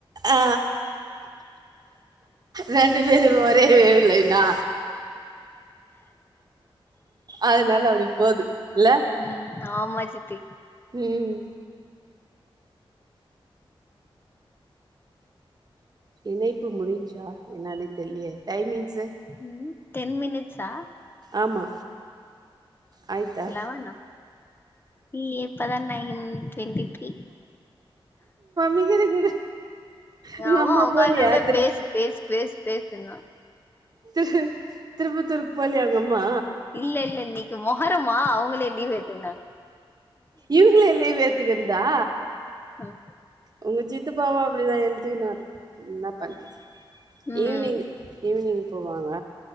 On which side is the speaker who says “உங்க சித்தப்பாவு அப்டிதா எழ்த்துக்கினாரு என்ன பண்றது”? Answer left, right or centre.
Right